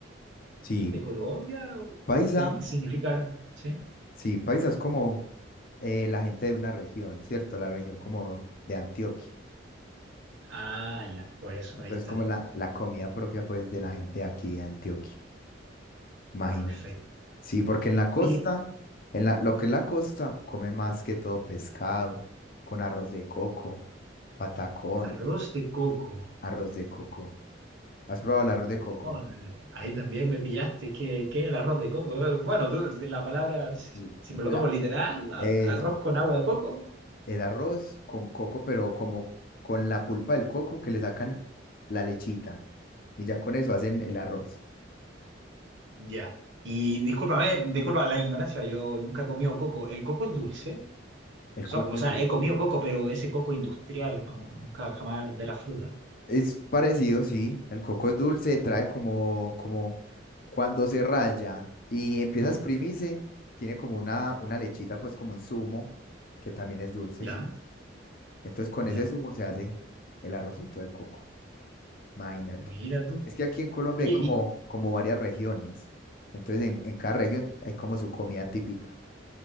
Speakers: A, on the left; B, on the right.
A: Sí,
B: de Colombia? o-
A: paisa,
B: o- y significa, ¿sí?
A: sí, paisa es como eh, la gente de una región, ¿cierto? La región como de Antioquia.
B: Ah, ya, por eso,
A: Entonces,
B: ahí está.
A: como la, la comida propia, pues, de la gente aquí de Antioquia. Imagínate.
B: Ah, perfecto.
A: Sí, porque en la costa,
B: Oye,
A: en la, lo que es la costa, comen más que todo pescado, con arroz de coco, patacón,
B: arroz de coco.
A: arroz de coco. ¿Has probado el arroz de coco?
B: Oh, ahí también me pillaste. ¿Qué, qué es el arroz de coco? Eh, Bueno, tú, de la palabra, si
A: Sí.
B: si me lo
A: El
B: tomo literal, a-
A: Eso.
B: arroz con agua de coco.
A: Es arroz con coco, pero como con la pulpa del coco que le sacan la lechita. Y ya con eso hacen el arroz.
B: Ya. Y discúlpame, disculpa la ignorancia, yo nunca he comido coco. ¿El coco es dulce?
A: El
B: So-
A: coco
B: o sea,
A: es dulce.
B: he comido coco, pero ese coco industrial, no, nunca jamás de la fruta.
A: Es parecido, sí. El coco es dulce, trae como, como cuando se raya y empieza a exprimirse, tiene como una, una lechita, pues como un zumo, que también es dulce,
B: Ya,
A: sí. Entonces con
B: ya.
A: ese zumo se hace el arrocito de coco. Imagínate.
B: Mira tú.
A: Es que aquí en Colombia
B: Oye,
A: hay como,
B: y
A: como varias regiones. Entonces en en cada región hay como su comida típica.